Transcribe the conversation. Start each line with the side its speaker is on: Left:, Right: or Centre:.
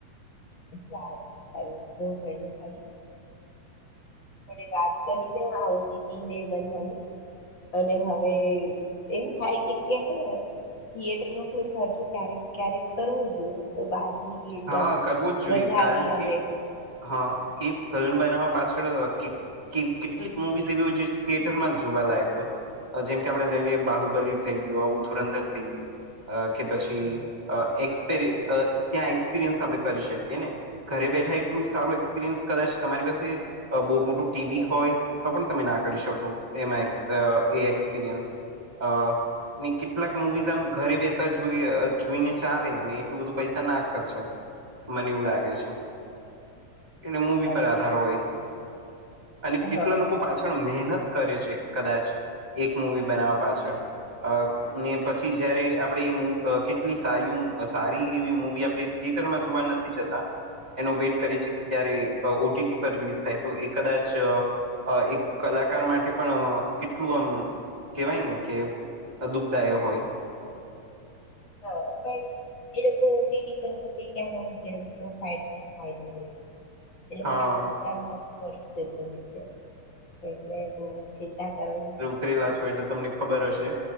Left: જ હ <inaudible> <unintelligible> આપડે વાત કરી ને આવતી હતી ને બધાની. અને હવે એમ થાય કે કે. થિયેટર નો ફ્લ્મિ ખર્ચો ક્યારેક ક્યારેક કરવું જોઈએ તો બહાર જઈએ તો
Right: હા
Left: આમ
Right: કરવું જ
Left: મજા
Right: જોઈએ કારણ
Left: બી
Right: કે
Left: આવે.
Right: હા એ ફિલ્મ બનાવવા પાછળ. કે કેટલીક મુવીઝ એવી હોય થિયેટર માં જ જોવાલાયક હોય. જેમ કે આપણે લઈ લઈએ બાહુબલી થઈ ગયો આવું ધુરંધર થઈ ગયું કે પછી.
Left: થઈ
Right: એસપ ત્યાં એક્સપિરિયન્સ આપણે કરી શકીએ ને ઘરે બેઠા. એલું સારું એક્સપિરિયન્સ કદાચ તમારી પાસે. બહુ મોટું ટીવી
Left: ગયું
Right: હોય તો પણ તમે ના કરી શકો એમાં એક્સપિરિયન્સ. હ ને કેટલાક મુવીઝ આમ ઘરે બેસા જોઈ જોઈને ચાલે અ એટલું બધું પૈસા ના ખર્ચાય. મને એવું લાગે છે. એટલે મૂવી
Left: સાચી
Right: પર આધાર
Left: વાત
Right: હોય
Left: છે
Right: અને કેટલા
Left: હા
Right: લોકો પાછા. મહેનત કરે છે, કદાચ એક મૂવી બનાવવા પાછળ. અ ને પછી જયારે આપણેે એ કેટલી સારી સારી એવી મૂવી આપડે.. થિયેટર માં જોવા નથી જતા. એનો વેઇટ કરીએ છીએ કે ક્યારે ઓટીટી પર રિલીઝ થાય તો એ કદાચ. અ એક કલાકાર માટે પણ કેટલું આમ. કેવાય ને કે દુઃખ દાયક હોય
Left: હા પણ એ લોકો ઓટીટી પર મૂકે કે મૂકે એ બધ ફાયદો ફાયદો હોય છે. એટલે
Right: હા
Left: પણ એમનું પોતાનું નફો મળી જતું હોય છે. એટલે બહુ ચિંતા કરવી
Right: કરલા છો એટલે તમને ખબર હશે